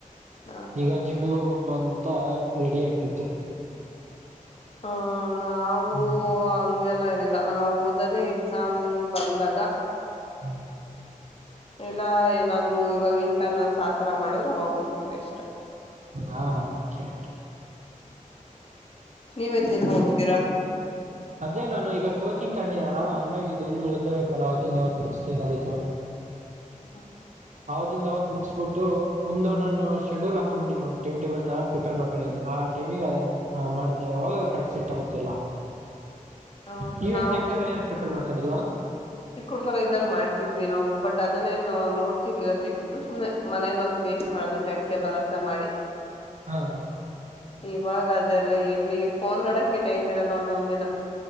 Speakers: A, on the left; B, on the right.
A: ಹ
B: ಈಗಾ ಜಿಮ್ಮಿಗ್ ಹೋಗ್ಬೇಕ್. ಅಂತಾ ರೆಡಿ ಆಗ್ತಿದ್ದೆ.
A: ಹ ನಾವು
B: ಹ್ಮ್
A: ಹಂಗೆಲ್ಲ ಏನಿಲ್ಲಾ ನಾವು ಓದದೆ ಎಕ್ಸಾ. ಎಕ್ಸಾಮ್ ಬಂದಾಗ.
B: ಹ್ಮ್.
A: ಇಲ್ಲಾ ಏನಾದ್ರು ಇವಾಗ ಇಂಟರ್ನಲ್ಸ್ ಆಥರ ಮಾಡಿದ್ರೆ ಅವಾಗ ಓದ್ತೀವಿ ಅಷ್ಟೇ.
B: ಹೌದಾ ಓಕೆ.
A: ನೀವೇನ್ ದಿನಾ ಓದತೀರಾ.
B: ಅದೇ ನಾನು ಈಗ ಕೋಚಿಂಗ್ ತಗೊಂಡಿನಲ್ಲಾ ಹಂಗಾಗಿ ಡೈಲಿ ಓದ್ಲೇಬೇಕಲ್ಲ ಅವತ್ತಿಂದ ಅವತ್ತ ಮುಗಿಸ್ಲೇಬೇಕ್ ಅದೀಕ್ಕೆ.
A: ಹ.
B: ಅವತ್ತಿಂದ ಅವತ್ ಮುಗಿಸಸ್ಬಿಟ್ಟು ಒಂದು ನಾನು ಶೆಡ್ಯೂಲ್ ಹಾಕೊಂಡಬಿಟ್ಟಿನಿ ಒಂದು ಟೈಮ್ ಟೇಬಲ್ ತರ ಪ್ರಿಪೇರ್ ಮಾಡ್ಕೊಂಡಿನಿ ಆ ಟೈಮಿಗೆ ಅದೊಂದು ಆ ಮಾಡ್ತಿನಿ ಅವಾಗ ಕರೆಕ್ಟ್ ಸೆಟ್ ಆಗುತ್ತೆಲ್ಲಾ.
A: ಹೌದು
B: ನೀವೇನ್
A: ನಾವು
B: ಟೈಮ್ ಟೇಬಲ್
A: ಚಿ
B: ಎಲ್ಲಾ ಪ್ರಿಪೇರ್ ಮಾಡ್- ಹಾಕಂಡಿಲ್ವಾ,
A: ಚಿಕ್ಕ ಹುಡ್ಗರ ಇದಾಗ ಮಾಡ್ತಿದ್ವಿ, ನಾವು ಬಟ್ ಅದನೇನ್ ನೋಡ್ತಿರಲಿಲ್ ತೆಗಿದ್, - ಇದ್ದು ಸುಮ್ನೆ ಮನೇಲ ಒಂದ್ ಪೇಸ್ಟ್ ಮಾಡೋದು. ಟೈಮ್ ಟೇಬಲ್ ಅಂತಾ ಮಾಡಿ,
B: ಹಾ
A: - ಇವಾಗ ಅದೆಲ್ಲ ಎಲ್ಲಿ ಫೋನ್ ನೋಡಕೆ ಟೈಮ್ ಇರಲ್ಲ ಒಂದೊಂದ್ ದಿನ.